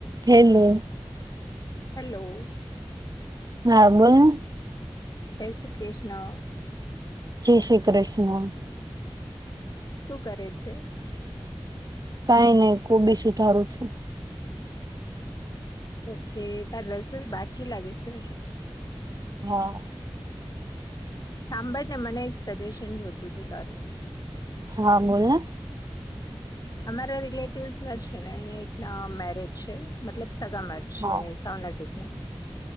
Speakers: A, on the right; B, on the left.
A: Hello.
B: Hello.
A: હા બોલને.
B: જય શ્રી કૃષ્ણ.
A: જય શ્રી કૃષ્ણ.
B: શું કરે છે?
A: કાઈ નહી. ગુબી સુધારું છું.
B: ઓકે તાર રસોઈ બાકી લાગે છે હજું.
A: હા.
B: સાંભળને મને એક સજેશન જોતું તું તારું.
A: હા બોલને.
B: અમારા રિલેટિવસમાં છે ને એક અહ મેરેજ છે. મતલબ સગાામાં જ
A: હા
B: છે સાવ નજીક ના.